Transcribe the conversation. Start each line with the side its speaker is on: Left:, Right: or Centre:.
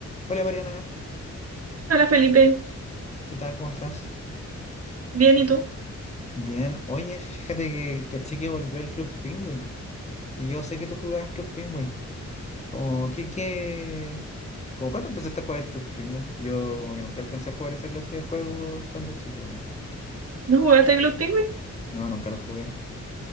Left: Hola Mariana,
Right: Hola Felipe,
Left: ¿qué tal? ¿Cómo estás?
Right: bien, ¿y tú?
Left: Bien, oye, fíjate que caché que volvió el Club Penguin y yo sé que tú jugabas Club Penguin. Como, ¿qué, qué? ¿Cómo cuándo empezaste a jugar el Club Penguin? Yo como que nunca alcancé a jugar esa clase de juegos cuando chico. weón.
Right: ¿No jugaste a Glock Penguin?
Left: No, nunca lo jugué.